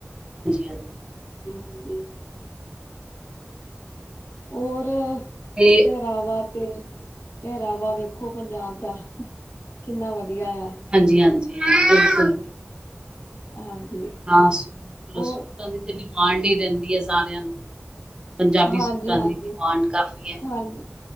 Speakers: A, on the right; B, on the left.
A: ਹਾਂਜੀ।
B: ਹਾਂਜੀ ਔਰ
A: ਤੇਂ
B: ਪਹਿਰਾਵਾ ਤੇ ਪਹਿਰਾਵਾ ਵੇਖੋ ਪੰਜਾਬ ਦਾ ਕਿੰਨਾ ਵਧੀਆ ਆ।
A: ਹਾਂਜੀ- ਹਾਂਜੀ ਬਿਲਕੁਲ
B: ਹਾਂਜੀ।
A: ਟਾ ਸੂਟਾਂ
B: ਉਹ
A: ਦੀ ਤੇ ਡਿਮਾਂਡ ਹੀ ਰੈਂਦੀ ਐ ਸਾਰਿਆਂ ਨੂੰ ਪੰਜਾਬੀ
B: ਹਾਂਜੀ-ਹਾਂਜੀ,
A: ਸੂਟਾਂ ਦੀ ਡਿਮਾਂਡ ਕਾਫੀ ਏ।
B: ਹਾਂਜੀ,